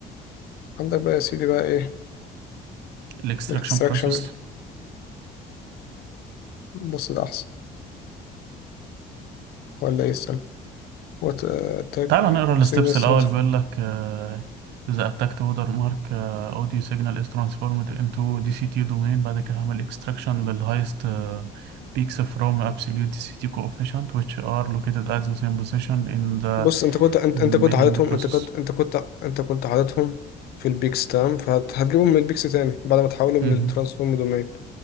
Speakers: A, on the left; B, on the right.
A: عندك بقى يا سيدي بقى ايه
B: الاكستراكشن
A: الاكستراكشن
B: بروسيس
A: بص ده احسن ولا ايه السنة وات اتاك
B: تعال نقرا الستبس
A: سيجنال
B: الاول بيقول لك آه، اذا اتاكت وودر مارك آه، اوديو سيجنال از ترانسفورمد انتو دي سي تي دومين بعد كده هعمل اكستراكشن للهايست بيكس from absolute دي سي تي coefficient which are located at the same position in the
A: بص انت كنت انت,
B: embedding
A: انت كنت حاططهم
B: process
A: انت كنت انت كنت انت كنت حاططهم في البيكس تمام فهتجيبهم من البيكس تاني بعد ما تحولهم
B: مهم.
A: للترانسفورم دومين